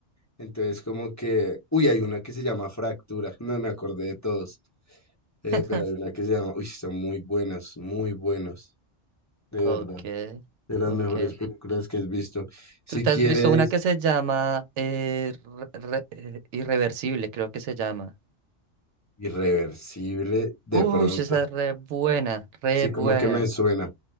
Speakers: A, on the left (about 20°); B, on the right (about 80°).
A: Entonces, como que, uy, hay una que se llama Fractura, no me acordé de todos, eh,
B: <laughs>
A: pero hay una que se llama, uy, son muy buenas, muy buenos, de
B: Ok,
A: verdad, de las
B: ok.
A: mejores películas que has visto. Si
B: ¿Tú te
A: quieres,
B: has visto una que se llama eh, Re- Re- eh, Irreversible, creo que se llama?
A: Irreversible, de
B: Uy,
A: pronto,
B: esa es re buena, re
A: sí,
B: buena.
A: como que me suena,